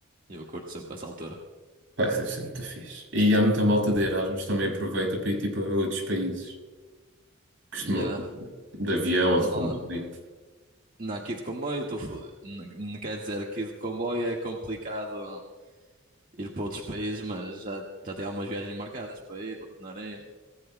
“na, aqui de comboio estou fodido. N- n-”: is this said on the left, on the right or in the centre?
Right